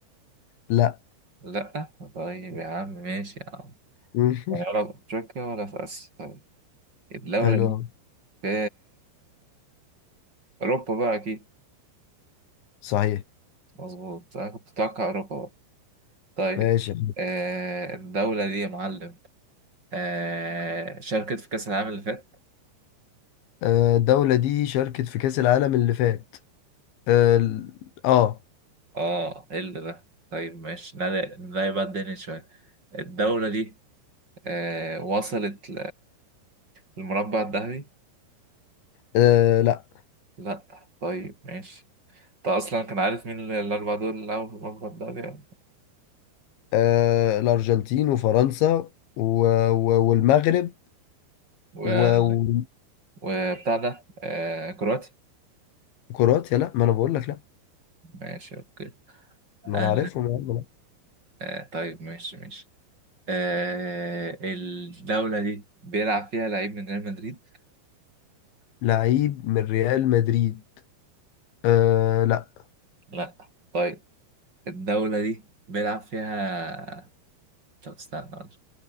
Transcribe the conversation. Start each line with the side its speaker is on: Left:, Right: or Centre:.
Left: لا
Right: لا طيب يا عم ماشي يا عم
Left: <laughs>
Right: يعني ولا في أفريقيا ولا في آسيا طيب الدولة
Left: حلو
Right: دي
Left: أوي.
Right: في أوروبا بقى أكيد
Left: صحيح
Right: مظبوط أنا كنت متوقع أوروبا بقى طيب
Left: ماشي
Right: آه الدولة دي يا معلم آه شاركت في كأس العالم اللي فات
Left: آه، الدولة دي شاركت في كأس العالم اللي فات اه ال- آه،
Right: اه ايه اللي ده طيب ماشي نعلي نعلي بقى الدنيا شوية الدولة دي آه وصلت للمربع الذهبي
Left: آه، لا
Right: لا طيب ماشي انت اصلا كان عارف مين ال- الاربعة دول اللي لعبوا في المربع الذهبي
Left: آه، الأرجنتين وفرنسا و... و... والمغرب
Right: و...
Left: و-
Right: وبتاع ده آه كرواتي
Left: وكرواتيا لا ما انا بقول لك لا
Right: ماشي اوكي آه
Left: ما انا عارفهم يا عم لا
Right: آه طيب ماشي ماشي آه الدولة دي بيلعب فيها لعيب من ريال مدريد
Left: لعيب من ريال مدريد آه لا
Right: لا طيب الدولة دي بيلعب فيها طب استنى